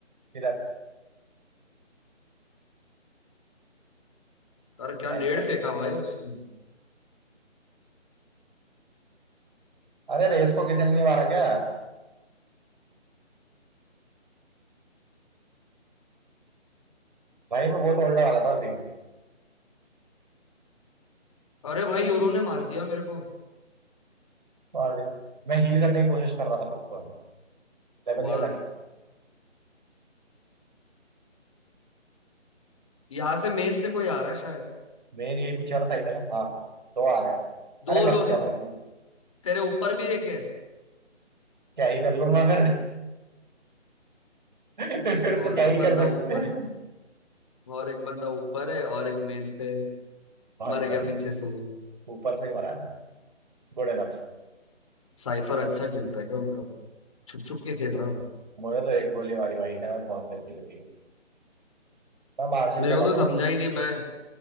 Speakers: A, on the right; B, on the left.
A: इधर
B: अरे क्या
A: Nice
B: नेड़
A: nice
B: फेंका
A: nice
B: भाई उसने
A: अरे रेस को किसी ने नहीं मारा क्या भाई मैं वो तोड़ने वाला था अभी
B: अरे भाई
A: नहीं
B: योरू
A: नहीं
B: ने मार दिया मेरे को
A: मार दिया मैं हील करने की कोशिश कर रहा था खुद को लेवल
B: वाह
A: ही अलग है
B: यहाँ से मेन से कोई आ रहा है शायद
A: मेन ये पीछे वाला साइड है ना हाँ दो आ रहे हैं
B: दो
A: अरे
B: लोग
A: बक जा
B: हैं
A: भाई
B: तेरे ऊपर भी एक है
A: क्या ही कर लूंगा फिर <laughs> फिर तो
B: और
A: क्या ही
B: एक बंदा
A: कर सकते
B: ऊपर
A: हैं
B: है और एक बंदा ऊपर है और एक मेन पे
A: भाई
B: मर
A: नाइस
B: गया पीछे से वो।
A: ऊपर से ही मारा है। Good enough
B: साइफर अच्छा खेलता है क्या उनका छुप छुप के खेल रहा है वो
A: मुझे तो एक गोली मारी भाई ने और बहुत गंदी लगी है। मैं मार्शल
B: मेरे
A: चलाऊंगा
B: को तो समझा ही नहीं मैं